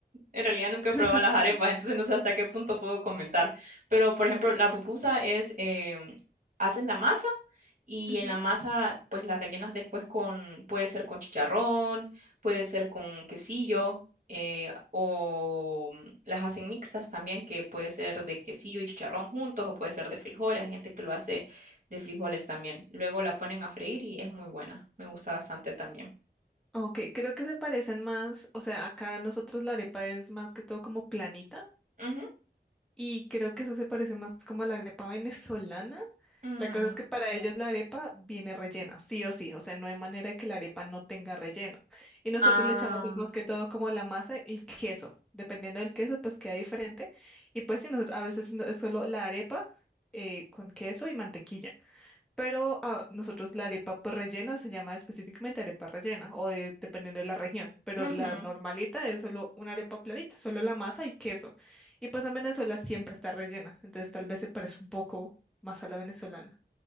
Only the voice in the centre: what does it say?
<laughs>
Ujú.
Ok, creo que se parecen más, o sea, acá nosotros la arepa es más que todo como planita.
Y creo que eso se parece más como a la arepa venezolana.
La cosa es que para ellos la arepa viene rellena, sí o sí, o sea, no hay manera de que la arepa no tenga relleno. Y nosotros
le echamos es más que todo como la masa y queso, dependiendo del queso, pues queda diferente. Y pues sí, nosotros, a veces no- es solo la arepa eh, con queso y mantequilla. Pero ah, nosotros la arepa pues, rellena se llama específicamente arepa rellena o de- dependiendo de la región, pero
la normalita es solo una arepa planita, solo la masa y queso. Y pues en Venezuela siempre está rellena, entonces tal vez se parece un poco más a la venezolana.